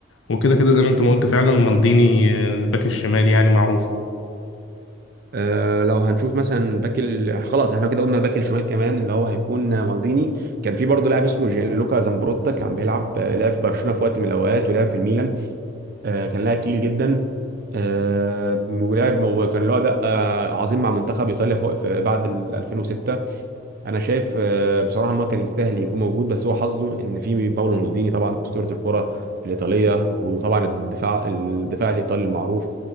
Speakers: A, on the left; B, on the right.
A: وكده كده زي ما انت ما قلت فعلا مالديني آه، الباك الشمال يعني معروف
B: آه، لو هنشوف مثلا باك ال- خلاص احنا كده قلنا الباك الشمال كمان اللي هو هيكون مالديني كان في برضه لاعب اسمه جيانلوكا زامبروتا كان بيلعب لعب في برشلونه في وقت من الاوقات ولعب في الميلان آه، كان لاعب تقيل جدا آه، ولعب وكان له اداء آه، عظيم مع منتخب ايطاليا فوق- في بعد ال 2006 انا شايف آه، بصراحه ان هو كان يستاهل يكون موجود بس هو حظه ان في باولو مالديني طبعا اسطوره الكره الايطاليه وطبعا الدفاع الدفاع الايطالي المعروف